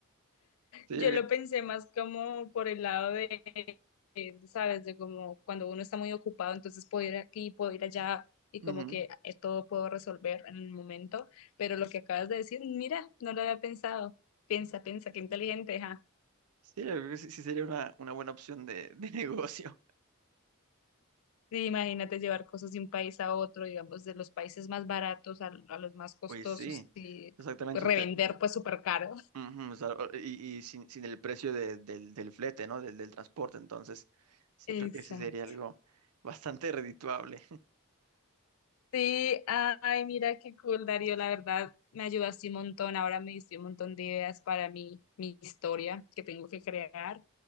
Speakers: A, on the right; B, on the left.
A: Sí,
B: Yo lo pensé más como por el lado de, eh, ¿sabes? De como cuando uno está muy ocupado, entonces puedo ir aquí, puedo ir allá y
A: Ujú.
B: como que eh, todo puedo resolver en el momento. Pero lo que acabas de decir, mira, no lo había pensado. Piensa, piensa, qué inteligente, ja.
A: Sí, yo creo que sí, sí sería una, una buena opción de, de <laughs> negocio.
B: Sí, imagínate llevar cosas de un país a otro, digamos, de los países más baratos a, a los más costosos
A: Oye, sí,
B: y
A: exactamente.
B: revender
A: te-
B: pues súper caro.
A: ujú, o sea, o- y, y sin, sin el precio de- del, del flete, ¿no? Del, del transporte. Entonces, sí
B: Exacto.
A: creo que ese sería algo bastante redituable.
B: Sí, ay, mira qué cool, Darío, la verdad me ayudaste un montón, ahora me diste un montón de ideas para mi, mi historia que tengo que crear.